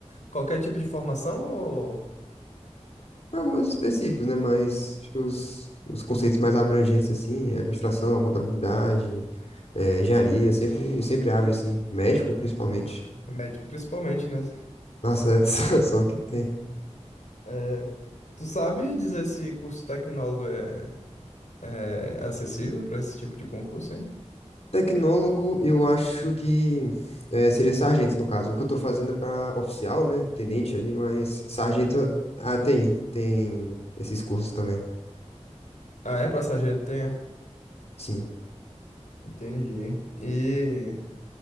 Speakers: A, on the left; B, on the left.
A: Qualquer tipo de formação ou
B: Algumas específicos, né? Mas acho que os, os conceitos mais abrangentes, assim, administração, contabilidade, eh, engenharia, sempre, sempre abre, assim. Médico, principalmente.
A: médico principalmente, né?
B: Nossa, é <laughs> só que tem.
A: É, Tu sabe dizer se curso tecnólogo é, é acessível para esse tipo de concurso, hein?
B: Tecnólogo, eu acho que eh, seria sargento, no caso. O que eu tô fazendo é para oficial, né? Tenente ali, mas sargento, ah, tem, tem esses cursos também,
A: Ah, é? para sargento tem? é?
B: sim.
A: Entendi. E